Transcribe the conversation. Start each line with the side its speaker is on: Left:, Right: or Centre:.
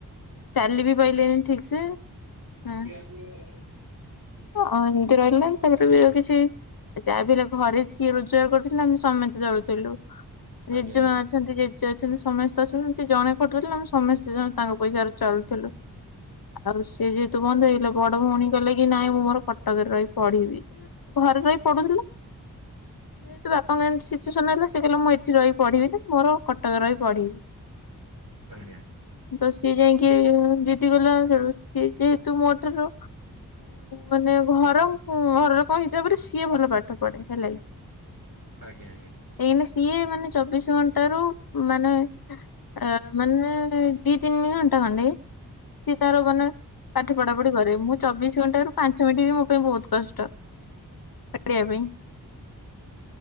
Left: ଚାଲି ବିି ପାଇଲେନି ଠିକ ସେ ହୁଁ।
Right: <unintelligible>
Left: ଆଁ ଏମିତି ରହିଲାନି ତାପରେ ବି କିଛି ଯାହା ବି ହେଲେ ଘରେ ସିଏ ରୋଜଗାର କରୁଥିଲେ ଆମେ ସମେସ୍ତେ ଜଳୁଥିଲୁ ଜେଜେମା
Right: ଆଜ୍ଞା।
Left: ଅଛନ୍ତି ଜେ ଚେ ଅଛନ୍ତି ସମସ୍ତେ ଅଛନ୍ତି ଜଣେ ଖଟୁଥିଲେ ଆମେ ସମସ୍ତେ ତାଙ୍କ ପଇସା ଚାଲୁଥିଲୁ। ଆଉ ସିଏ ଯେହେତୁ ବନ୍ଦ ହେଇଗଲା ବଡ ଭଉଣୀ କଲେ କି ନାଇଁ ମୁଁ ମୋର କଟକରେ ରହି ପଢିବି ଘରେ ରହି ପଢୁଥିଲା। ଯେତୁ ବାପାଙ୍କତି ସିଚୁସ ନ ହେଲା ସେ କହିଲ ମୁଁ ଏଠି ରହିି ପଢିବି ନା ମୋର କ ଟରେ ରହି ପଢିଁ।
Right: ଆଜ୍ଞା
Left: ତ ସିଏ ଯାଇକି ଦିଦି ଗଲା ତୁ ସିଏ ଯେହେତୁ ମୋ ଠାରୁ ମାନେ ଘର ଘର ଲୋକଙ୍କ ହିସାବରେ ସିଏ ଭଲ ପା ଟ ପଢେ ହେଲେ
Right: ଆଜ୍ଞା
Left: ଏଇନା ସିଏ ମାନେ ଚବିଶ ଘଣ୍ଟ ରୁ ମାନେ ଆ ମାନେ ଦିଇ ତିନିଘଣ୍ଟା ମାନେ ସିଏ ତାର ମାନେ ପାଠ ପଢା ପଢି କରେ ମୁଁ ଚବିଶ ଘଣ୍ଟା ରୁ ପାଞ୍ଚ ମିନିଟ୍ ବି ମୋ ପାଇଁ ବହୁତ କଷ୍ଟ ଇବା ପାଇଁ।